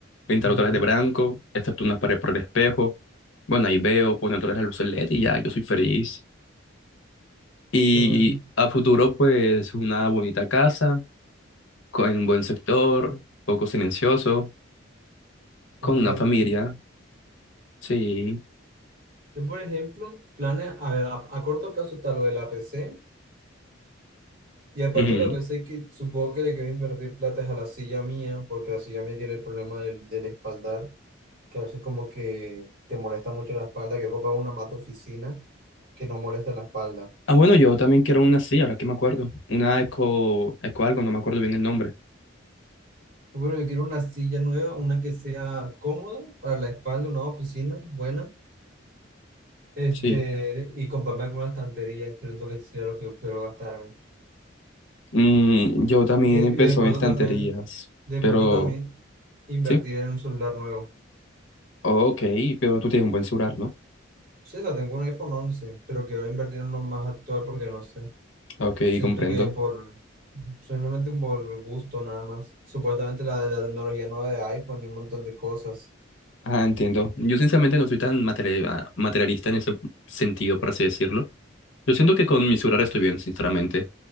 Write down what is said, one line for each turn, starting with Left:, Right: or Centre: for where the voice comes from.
Left: pintar
Right: Ujú.
Left: otra vez de blanco, excepto unas paredes por el espejo, bueno, ahí veo, poner otra vez la luz LED y ya, yo soy feliz. Y
Right: Yo, bueno,
Left: a futuro, pues, una bonita casa, con un buen sector, poco silencioso, con
Right: entiendo.
Left: una familia. Sí.
Right: Yo, por ejemplo, planes a, ver, a, a corto plazo está lo del A P C Y aparte
Left: Ujú.
Right: de la APC, que supongo que le quiero invertir plata es a la silla mía, porque la silla mía tiene el problema del, del espaldar, que a veces como que te molesta mucho la espalda, que comprar una mata oficina que no moleste la espalda.
Left: Ah, bueno, yo también quiero una así, ahora que me acuerdo. Una eco, eco algo, no me acuerdo bien el nombre.
Right: Bueno, yo quiero una silla nueva, una que sea cómoda para la espalda, una oficina buena, este,
Left: Sí.
Right: y comprarme alguna estantería, creo que sería lo que quiero gastarme.
Left: Mm, yo también
Right: Y de,
Left: empezó
Right: y de pronto
Left: en estanterías,
Right: también, de
Left: pero
Right: pronto también invertir
Left: sí.
Right: en un celular nuevo.
Left: Ok, pero tú tienes un buen celular, ¿no?
Right: Sí, la tengo un iPhone once pero quiero invertir en uno más actual porque no sé.
Left: Ok,
Right: Siento
Left: comprendo.
Right: que por, simplemente por gusto nada más. Supuestamente la, la tecnología nueva de iPhone y un montón de cosas.
Left: Ah, entiendo. Yo sinceramente no soy tan materia- materialista en ese sentido, por así decirlo. Yo siento que con mi celular estoy bien, sinceramente.